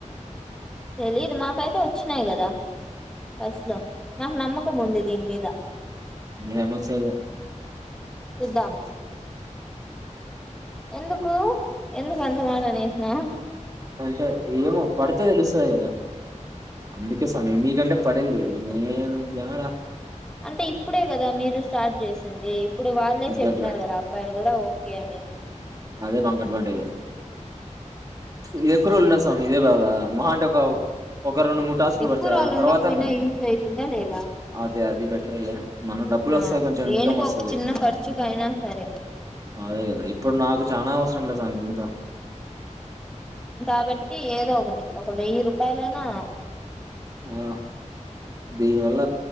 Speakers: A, in the centre; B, on the right.
A: తెలిదు మాకైతే వచ్చినాయి కదా ఫస్ట్ లో నాకు నమ్మకం ఉంది దీని మీద
B: ఏం వస్తాయో
A: చుద్దాం ఎందుకు ఎందుకు అంత మాట అనేస్ నావ్
B: అంటే ఏమో పడితే తెలుస్తది కదా అందుకే సమయం మీకంటే పడింది నేను జాడా
A: అంటే ఇప్పుడే కదా మీరు స్టార్ట్ చేసింది ఇప్పుడు వాళ్ళే
B: అబ్బబ్బ
A: చెప్పినారు కదా అబ్బాయిలు కూడా ఓ కే అని
B: అదే బంగ అడ్వాంటేజ్ ఇది ఎప్పురు ఉన్నసరే అంత మీదే కదా మహా అంటే ఒక ఒక రెండు మూడు టాసులు
A: ఎక్కువ
B: పడతాయా
A: రోజులు ఉండకపోయినా
B: తర్వాత
A: యూజ్ అయితుందా లేదా
B: అదే అది బెటరే లే అ మనం డబ్బులు
A: ఆ
B: వస్తాయి కొంచం
A: దేనికో
B: ఇన్కం వస్తుంది
A: ఒక చిన్న ఖర్చుకైనా సరే
B: అదే కదా ఇప్పుడు నాకు నా అవసరం లేద అండి ఇంకా
A: ఉ కాబట్టి ఏదో ఒకటి ఒక వెయ్యి రూ తలనా
B: ఆ దీనివల్ల